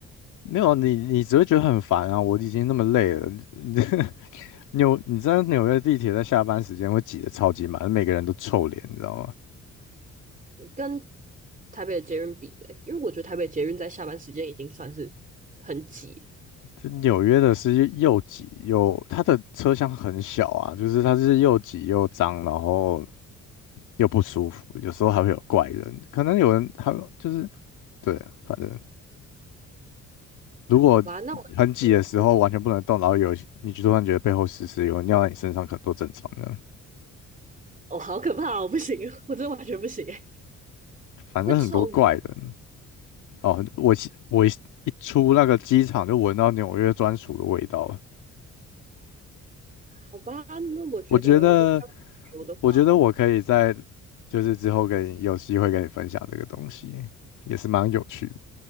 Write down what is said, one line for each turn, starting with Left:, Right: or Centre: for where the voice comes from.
Left: 没有你，你只会觉得很烦啊！我已经那么累了，你 <laughs> 纽你在纽约地铁在下班时间会挤得超级满，每个人都臭脸，你知道吗？
Right: 跟台北的捷运比嘞，因为我觉得台北捷运在下班时间已经算是很挤。
Left: 这纽约的是又挤又，它的车厢很小啊，就是它是又挤又脏，然后又不舒服，有时候还会有怪人，可能有人还就是对，反正如果
Right: 好吧，那我
Left: 很挤的时候完全不能动，
Right: 呃，
Left: 然后有你就突然觉得背后湿湿，有人尿在你身上，可能都正常的，
Right: 哦，好可怕哦，不行，我真的完全不行哎，
Left: 反正很多怪人
Right: 会臭吗？
Left: 哦。我一我一一出那个机场就闻到纽约专属的味道了，
Right: 好吧，那我觉得如果要旅游的话，
Left: 我觉得。我觉得我可以在就是之后跟你有机会跟你分享这个东西，也是蛮有趣的，